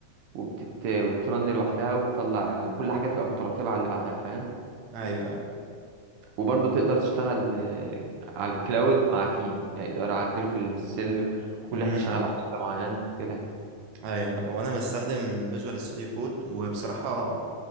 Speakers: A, on the right; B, on the right.
A: وبتت... وبترن لوحدها وبتطلع كل حاجه تبقى مترتبه على اللي بعدها فاهم
B: ايوه ايوه
A: وبرضه تقدر تشتغل آه، على الكلاود مع تيم يعني تقدر اعدله في السيل وكل
B: امم
A: واحد يشتغل على حته معينه كده
B: ايوه لا وانا بستخدم فيجوال ستوديو كود وبصراحة